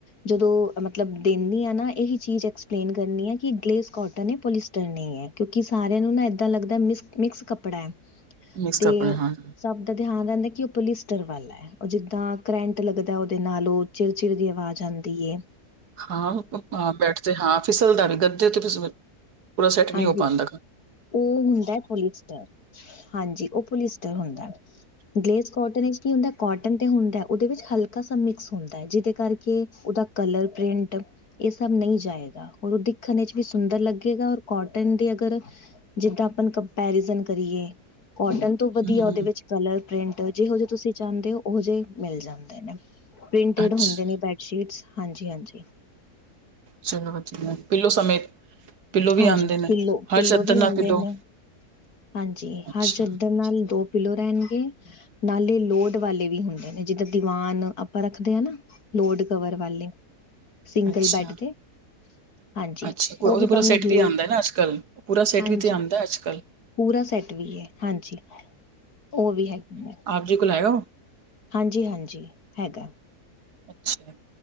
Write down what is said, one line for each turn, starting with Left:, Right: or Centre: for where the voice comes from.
Left: ਜਦੋਂ ਮਤਲਬ ਦਿੰਦੀ ਹਾਂ ਨਾ ਇਹੀ ਚੀਜ਼ ਐਕਸਪਲੇਨ ਕਰਨੀ ਹੈ, ਕਿ ਗਲੇਸ ਕੋਟਨ ਪੋਲੀਸਟਰ ਨਹੀਂ ਹੈ ਕਿਉਂਕਿ ਸਾਰਿਆਂ ਨੂੰ ਨਾ ਇਏਦਾਂ ਲੱਗਦਾ ਮ ਮਿਕਸ ਕੱਪੜਾ ਹੈ
Right: ਮਿਕਸ
Left: ਤੇ
Right: ਕੱਪੜਾ ਹਾਂ
Left: ਸਭ ਦਾ ਧਿਆਨ ਰਹਿੰਦੈ ਕਿ ਉਹ ਪੋਲੀਿਸਟਰ ਵਾਲੈ, ਉਹ ਜਿੱਦਾਂ ਕਰੈਂਟ ਲੱਗਦੈ ਉਹਦੇ ਨਾਲ ਉਹ ਚਿਰ ਚਿਰ ਦੀ ਆਵਾਜ਼ ਆਂਦੀ ਏ।
Right: ਹਾਂ, ਹਾਂ ਬੈਡ ਤੇ ਹਾਂ ਫਿਸਲਦਾ ਵੀ ਗੱਦੇ ਤੇ, ਫਲ ਪੂਰਾ ਸੈੱਟ ਨਹੀਂ
Left: ਹਾਂਜੀ
Right: ਹੋ ਪਾਂਦਾ।
Left: ਉਹ ਹੁੰਦੈ ਪੁਲਿਸਟਰ ਹਾਂਜੀ ਉਹ ਪੁਲਿਸਟਰ ਹੁੰਦੈ। ਗਲੇਸ ਕੋਟਨ ਇੱਚ ਕੀ ਹੁੰਦੈ ਕੋਟਨ ਤੇ ਹੁੰਦੈ ਉਹਦੇ ਵਿੱਚ ਹਲਕਾ ਸਾ ਮਿਕਸ ਹੁੰਦੈ ਜਿਹਦੇ ਕਰਕੇ ਉਹਦਾ ਕਲਰ ਪ੍ਰਿੰਟ ਇਹ ਸਭ ਨਹੀਂ ਜਾਏਗਾ ਹੋਰ ਉਹਦੀ ਵੇਖਣ ਇਚ ਵੀ ਸੁੰਦਰ ਲੱਗੇਗਾ ਔਰ ਕੋਟਨ ਦੇ ਅਗਰ ਜਿੱਦਾਂ ਆਪਾਂ ਕੰਪੈਰੀਜ਼ਨ ਕਰੀਏ, ਕੋਟਨ ਤੋਂ ਵਧੀਆ
Right: ਹਮ
Left: ਉਹਦੇ ਵਿੱਚ ਕਲਰ ਪ੍ਰਿੰਟ ਜਿਹੋ ਜੇ ਤੁਸੀਂ ਚਾਹੁੰਦੇ ਹੋੋ, ੳਹੋ ਜਹੇ ਮਿਲ ਜਾਂਦੇ ਨੇ, ਪ੍ਰਿੰਟਡ
Right: ਅੱਛਾ
Left: ਹੁੰਦੇ ਨੇ ਬ ਸ਼ੀਟਸ ਹਾਂਜੀ, ਹਾਂਜੀ।
Right: ਚਲੋ ਵਧੀਐ। ਪਿੱਲੋ ਸਮੇਤ, ਪਿੱਲੋ
Left: ਹਾਂਜੀ
Right: ਵੀ ਆਂਦੇ ਨੇ,
Left: ਪਿੱਲੋ
Right: ਹਰ
Left: ਪਿੱਲੋ
Right: ਚੱਦਰ
Left: ਵੀ
Right: ਨਾਲ
Left: ਹੁੰਦੇ
Right: ਪਿੱਲੋ
Left: ਨੇ ਹਾਂਜੀ,
Right: ਅੱਛਾ
Left: ਹਰ ਚੱਦਰ
Right: ਹੂੰ
Left: ਨਾਲ ਦੋ ਪਿਲੋ ਰਹਿਣਗੇ, ਨਾਲੇ ਲੋਡ ਵਾਲੇ ਵੀ ਹੁੰਦੇ ਨੇ, ਜਿੱਦਾਂ ਦੀਵਾਨ ਆਪਾਂ ਰੱਖਦੇ ਹਾਂ ਨਾ ਲੋਡ ਕਵਰ ਵਾਲੇ, ਸਿੰਗਲ
Right: ਅੱਛਾ
Left: ਬੈਡ ਦੇ ਹਾਂਜੀ
Right: ਅੱਛਾ, ਉਹ
Left: ਵੀ
Right: ਤੇ
Left: ਤੁਹਾਨੂੰ
Right: ਪੂਰਾ ਸੈੱਟ
Left: ਬਲੇਡ
Right: ਵੀ ਆਂਦਾ ਨਾ ਅੱਜ- ਕੱਲ, ਪੂਰਾ ਸੈਟ
Left: ਹਾਂਜੀ
Right: ਵੀ ਤੇ ਆਦਾਂ ਅੱਜ- ਕੱਲ੍ਹ
Left: ਪੂਰਾ ਸੈਟ ਵੀ ਏ, ਹਾਂਜੀ, ਉਹ ਵੀ ਹੈਗੈ।
Right: ਜਿੱਦੇ ਕੋਲੋਂ ਲਿਆਏ ਹੋ।
Left: ਹਾਂਜੀ, ਹਾਂਜੀ ਹੈਗਾ।
Right: ਅੱਛਾ